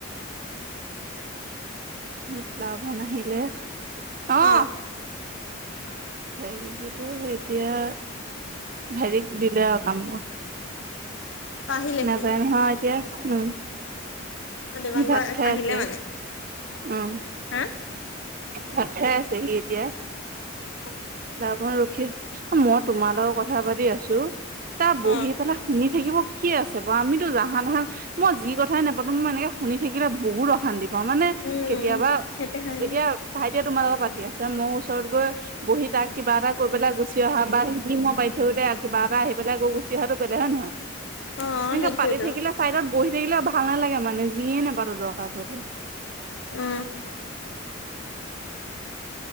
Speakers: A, on the right; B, on the left.
A: হে ক্লাভন আহিলে, অঁহ'
B: অ
A: হেৰি কিটো এতিয়া হেৰিক দিলে আৰু কামবোৰ।
B: আহিলে
A: নাযায়
B: সি
A: নহয় এতিয়া, উম।
B: অ দেবাংগ
A: সি ভাত খাই
B: আহিলে
A: আছে।
B: মানে
A: অঁ।
B: হা?
A: ভাত খাই আছে সি এতিয়া।
B: <unintelligible>
A: তাৰপৰা ৰখি আছো মই তোমাৰ লগত কথা পাতি আছো, তাৰ
B: অ
A: বহি পেলাই শুনি থাকিব কি আছে বাৰু আমিতো জাহা তাহা মই যি কথাই নাপাতো মই এনেকে শুনি থাকিলে বহুত অশান্তি পাওঁ, মানে
B: উম
A: কেতিয়াবা
B: সেইটো হয়
A: এতিয়া ভাইটিয়ে তোমাৰ লগত পাতি আছে মই ওচৰত গৈ বহি তাক কিবা এটা কৈ পেলাই গুচি অহা বা সি মই পাতি থাকোতে কিবা এটা আহি পেলাই আকৌ গুচি অহাটো বেলেগ হয় নহয়?
B: অ
A: এনেকে
B: সেইটোয়েতো
A: পাতি থাকিলে চাইডত বহি থাকিলে ভাল নালাগে মানে যিয়ে নোপাতো দৰকাৰ পৰিলে।
B: অ'